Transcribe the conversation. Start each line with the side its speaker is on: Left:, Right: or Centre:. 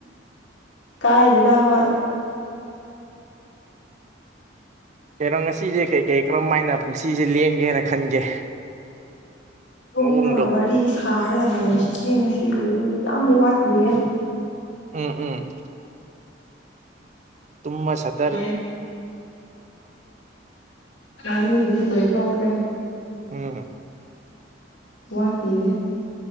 Left: ꯀꯥꯏꯗꯦꯗ ꯍꯣꯏ꯫
Right: ꯀꯩꯅꯣ ꯉꯁꯤꯁꯦ ꯀꯩ ꯀꯩ ꯀꯔꯝ ꯃꯥꯏꯅ ꯄꯨꯟꯁꯤꯁꯦ ꯂꯦꯟꯒꯦ ꯍꯥꯏꯅ ꯈꯟꯒꯦ꯫
Left: ꯇꯨꯝꯃꯒ
Right: ꯃꯑꯣꯡꯗꯣ
Left: ꯋꯥꯔꯤ ꯁꯥꯔꯒꯅ ꯂꯩꯌꯦ ꯉꯁꯤꯒꯤꯗꯤ ꯌꯥꯝ ꯋꯥꯠꯂꯤꯌꯦ꯫
Right: ꯎꯝ ꯎꯝ꯫ ꯇꯨꯝꯃ ꯁꯠ꯫
Left: <unintelligible> ꯋꯥꯔꯤꯕꯨꯗꯤ ꯂꯣꯏꯊꯣꯈꯔ꯭ꯦ
Right: ꯎꯝ
Left: ꯋꯥꯠ ꯂꯤꯌꯦ